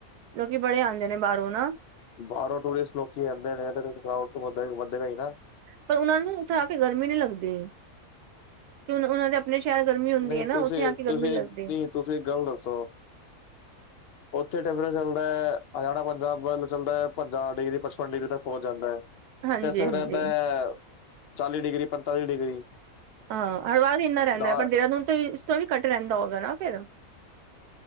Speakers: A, on the right; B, on the left.
A: ਲੋਕੀ ਬੜੇ ਆਉਂਦੇ ਨੇ ਬਾਹਰੋਂ ਨਾ
B: ਬਾਹਰੋਂ ਟੂਰਿਸਟ ਲੋਕੀ ਆਦੇ ਨੇ ਤੋ ਥਕਾਵਟ ਤੋਂ ਵਧੇਗਾ ਹੀ ਨਾ।
A: ਪਰ‌, ਉਹਨਾਂ ਨੂੰ ਉੱਥੇ, ਆ ਕੇ ਗਰਮੀ ਨਹੀਂ ਲੱਗਦੀ, ਕਿ ਉਹਨਾਂ ਦੇ ਆਪਣੇ ਸ਼ਹਿਰ ਗਰਮੀ ਹੁੰਦੀ
B: ਨਹੀਂ
A: ਹੈ ਨਾ,
B: ਤੁਸੀਂ
A: ਉੱਥੇ ਆ ਕੇ ਗਰਮੀ
B: ਤੁਸੀਂ
A: ਨੀ ਲੱਗਦੀ
B: ਨਹੀਂ ਤੁਸੀਂ, ਇੱਕ ਗੱਲ ਦੱਸੋ
A: <unintelligible>
B: ਉੱਥੇ ਟੈਂਪਰੇਚਰ ਚੱਲਦਾ ਹੈ, ਹਰਿਆਣਾ ਪੰਜਾਬ ਵੱਲ ਚੱਲਦਾ ਹੈ, ਪੰਜਾਂ ਡਿਗਰੀ ਪਚਪਨ ਡਿਗਰੀ ਤੱਕ ਪਹੁੰਚ ਜਾਂਦਾ ਹੈ
A: ਹਾਂਜੀ
B: ਤੇ ਇੱਥੇ
A: ਹਾਂਜੀ
B: ਰਹਿੰਦਾ ਹੈ, ਚਾਲੀ ਡਿਗਰੀ ਪੰਤਾਲੀ ਡਿਗਰੀ
A: ਹਾਂ ਹਰ ਵਾਰ ਹੀ ਇੰਨਾ ਰਹਿੰਦਾ
B: ਦਾ
A: ਹੈ, ਪਰ ਦੇਹਰਾਦੂਨ ਤੇ, ਇਸ ਤੋਂ ਵੀ ਘੱਟ ਰਹਿੰਦਾ ਹੋਏਗਾ, ਨਾ ਫੇਰ